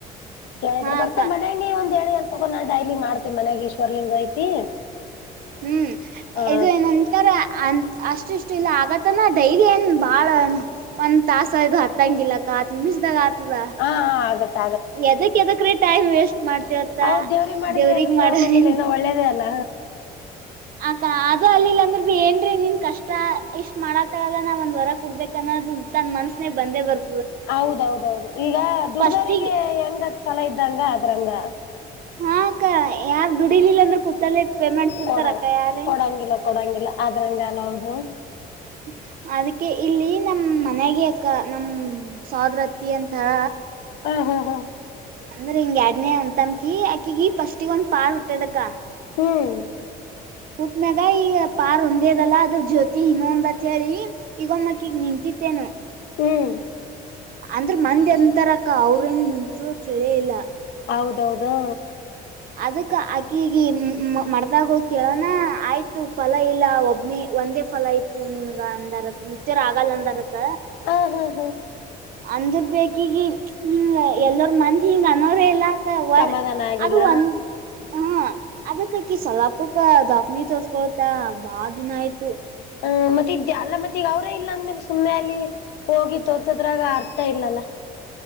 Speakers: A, on the left (about 80°); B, on the right (about 60°).
A: ಕೇಳಿದ್ರೆ
B: ಹಾ
A: ಬರ್ತ
B: ಅಕ್ಕ
A: ಮನೆಲಿ ಒಂದ್ ಎರಡ್ ಎಲ್ಲಿ ತೊಗೊಂಡ ನಾ ಡೈಲಿ ಮಾಡ್ತಿನ್ ಮನ್ಯಾಗ್ ಈಶ್ವರ್ಲಿಂಗ ಐತಿ
B: ಹ್ಮ್
A: ಹ ಹಾ
B: ಇದು ಏನಂತಾರ ಅನ್ ಅಷ್ಟುಷ್ ಅಷ್ಟ ಇಲ್ಲ ಆಗತನ ಡೈಲಿ ಏನ್ ಬಾಳ ಒಂದ್ ತಾಸದು ಹತ್ತಂಗ ಇಲಕ್ಕ ಹತ್ ನಿಮಿಷದಾಗ ಆ ತದ
A: ಹಾ ಆಗತ್ತ
B: ಎದಕ್ ಎದಕ್ರಿ ಟೈಮ್ ವೇಸ್ಟ್ ಮಾಡ್ತೇವತ್ತ
A: ಹೌದ ದೇವ್ರಿಗೆ ಮಾಡಿದ್ರೆ
B: ದೇವ್ರಿಗ್
A: ಏನು
B: ಮಾಡೋದನ್
A: ಪ್ರಾಬ್ಲಮ್ ಇಲ್ಲ ಇನ್ನು ಒಳ್ಳೇದೇ ಅಲ್ಲ.
B: ಅಕ ಅದು ಅಲ್ಲಿಲ್ಲ ಅಂದ್ರ ಬಿ ಏನ್ರೀ ನಿಮ್ ಕಷ್ಟ ಇಷ್ಟ್ ಮಾಡತಳಲ್ಲ ನಾವ್ ಒಂದ್ ವರ ಕೊಡ್ಬೇಕನ್ನ ದು ತನ್ ಮನಸ್ನ್ಯಾಗ್ ಬಂದೇ ಬರ್
A: ಹೌದೌದೌದು ಈಗ ದುಡ್ದೋರಿಗೆ
B: ಫಸ್ಟಿಗೆ
A: ಹೆಂಗಕ್ ಫಲ ಇದ್ದಂಗ ಅದ್ರಂಗ.
B: ಹಾ ಅಕ್ಕ ಯಾರು ದುಡಿಲಿಲ್ಲ ಅಂದ್ರೆ ಕೂತಲ್ಲೆ ಪೇಮೆಂಟ್ ಕೊಡ್ತಾರಕ್ಕ
A: ಕೊಡಲ್ಲ
B: ಯಾರೇ
A: ಕೊಡಂಗಿಲ್ಲ ಕೊಡಂಗಿಲ್ಲ ಆದ್ರಂಗ ಅಲ್ಲ ಹೌದು
B: <inaudible> ಅದಕ್ಕೆ ಇಲ್ಲಿ ನಮ್ ಮನ್ಯಾಗೆ ಅಕ್ಕ ನಮ್ ಸೊದರತ್ತಿ ಅಂತಾರ
A: ಆ ಹಾ ಹಾ
B: ಅಂದ್ರ ಹಿಂಗ್ ಯಾಡ್ನೇ ಅಂತಮಕಿ ಆಕಿಗಿ ಫಸ್ಟಿಗ್ ಒಂದ್ ಪಾರ್ ಹುಟ್ಟದಕ್ಕ.
A: ಹ್ಮ್
B: ಕೂತ್ ಮ್ಯಾಗ ಈಗ ಪಾರ್ ಒಂದೇದಲ್ಲ ಅದ್ರ ಜ್ಯೋತಿ ಇನ್ನೊಂದ್ ಅತ್ ಹೇಳಿ ಈಗೊಮ್ಮಕ್ಕಿಗ್ ನಿಂತಿ ತೆನು
A: ಹ್ಮ್
B: ಅಂದ್ರ ಮಂದಿ ಅಂತರಕ್ಕ ಅವ್ರೇನ್ಸ್ ಚಳಿ ಇಲ್ಲ.
A: ಹೌದೌದು
B: ಅದಕ್ ಅಕ್ಕಿಗ ಮಡದಾಗ ಹೋಗ್ ಕೇಳೋಣ ಆಯ್ತು ಫಲ ಇಲ್ಲ ಒಬ್ನಿ ಒಂದೇ ಫಲ ಆಯ್ತು ನಿನ್ಗ ಅಂದಾರ ಮುತ್ಯರ ಆಗಲ್ಲ ಅಂದರಕ್ಕ
A: ಆ ಹಾ ಹಾ
B: ಅಂದ್ರ ಬೇ ಅಕಿಗಿ ಎಲ್ಲರ ಮಂದ್ ಹಿಂಗ್ ಅನ್ನೋದೇ ಇಲ್ಲ ತ ಯಾ
A: ಸಮಾಧಾನ ಆಗಿಲ್ಲ
B: ಅದ್ ಹೆಂಗ್ ಹಾ ಅದಕ್ಕಕಿ ಸಲಾಪಕ್ಕ ದಾವ್ಕನಿ ತೋರ್ಸ್ಕೊಳ್ತಾಳ ಬಾಳ ದಿನ ಆಯ್ತು.
A: ಹ್ಮ ಮತ್ತೆ ಈಗ್ ಅಲ್ಲ ಮತ್ತೆ ಈಗ ಅವ್ರೇ ಇಲ್ಲ ಅಂದ್ಮೇಲೆ ಸುಮ್ಮ್ನೆ ಅಲ್ಲಿ ಹೋಗಿ ತೋರ್ಸದ್ರಾಗ ಅರ್ಥ ಇಲ್ಲಲ್ಲ.